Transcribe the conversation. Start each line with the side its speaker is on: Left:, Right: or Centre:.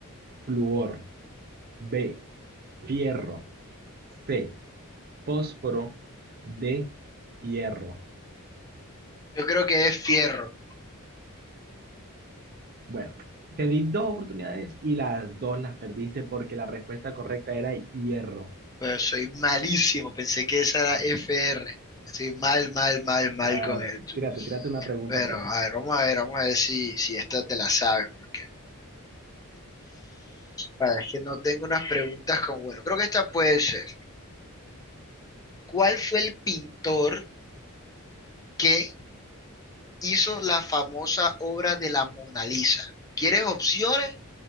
Right: flúor. B, fierro. C, fósforo. D, hierro.
Left: Yo creo que es fierro,
Right: Bueno, te di dos oportunidades y las dos las perdiste porque la respuesta correcta era hierro.
Left: pero soy malísimo, pensé que esa era FR. Estoy mal, mal, mal, mal
Right: Ahora,
Left: con el
Right: t- tírate, tírate una pregunta
Left: Bueno,
Right: por ahí.
Left: a ver, vamos a ver, vamos a ver si, si esta te la sabes, porque a ver, es que no tengo unas preguntas con, bueno, creo que esta puede ser. ¿Cuál fue el pintor que hizo la famosa obra de la Mona Lisa? ¿Quieres opciones